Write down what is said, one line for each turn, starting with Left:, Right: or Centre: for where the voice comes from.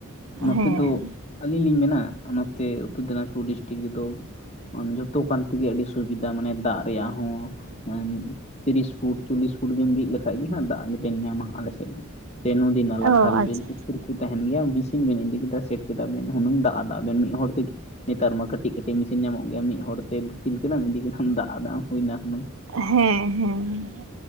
Left: ᱱᱚᱛᱮ
Right: ᱦᱮᱸ
Left: ᱫᱚ ᱟᱹᱞᱤᱧ ᱞᱤᱧ ᱢᱮᱱᱟ, ᱱᱚᱛᱮ ᱩᱛᱛᱚᱨ ᱫᱤᱱᱟᱡᱽᱯᱩᱨ ᱰᱤᱥᱴᱤᱠ ᱨᱮᱫᱚ ᱡᱚᱛᱚ ᱠᱟᱱ ᱛᱮᱜᱮ ᱟᱹᱰᱤ ᱥᱩᱵᱤᱫᱷᱟ, ᱢᱟᱱᱮ ᱫᱟᱜ ᱨᱮᱭᱟᱜ ᱦᱚᱸ᱾ ᱛᱤᱨᱤᱥ ᱯᱷᱩᱴ ᱪᱚᱞᱞᱤᱥ ᱯᱷᱩᱴ ᱵᱮᱢ ᱵᱤᱫ ᱞᱮᱠᱟᱱᱡ ᱜᱮ, ᱫᱟᱜ ᱵᱮᱱ ᱧᱟᱢᱟ ᱟᱞᱮᱥᱮᱫ ᱫᱚ᱾ ᱥᱮ ᱱᱩᱫᱤ, ᱱᱟᱞᱟ,
Right: ᱚ
Left: ᱠᱷᱟᱞ,
Right: ᱟᱪᱪᱷᱟ
Left: ᱵᱤᱞ, ᱯᱩᱠᱩᱨ ᱛᱟᱦᱮᱱ ᱜᱮᱭᱟ ᱢᱮᱥᱤᱱ ᱵᱮᱱ ᱤᱫᱤ ᱠᱮᱫᱟ ᱥᱮᱴ ᱠᱮᱫᱟ ᱵᱮᱮᱱ ᱦᱩᱱᱟᱹᱝ ᱫᱟᱜ ᱟᱫᱟ ᱵᱮᱱ ᱢᱤᱫ ᱦᱚᱲ ᱛᱮ ᱱᱮᱛᱟᱨ ᱢᱟ ᱠᱟᱹᱴᱤᱡ ᱠᱟᱹᱴᱤᱡ ᱢᱮᱥᱤᱱ ᱧᱟᱢᱚᱜ ᱜᱮᱭᱟ ᱢᱤᱫ ᱦᱚᱲ ᱛᱮ ᱫᱤᱯᱤᱞ ᱠᱮᱫᱟᱢ ᱤᱫᱤ ᱠᱮᱫᱟᱢ ᱫᱟᱜ ᱟᱫ ᱦᱩᱭᱱᱟ ᱦᱩᱱᱟᱹᱝ᱾
Right: ᱦᱮᱸ ᱦᱮᱸ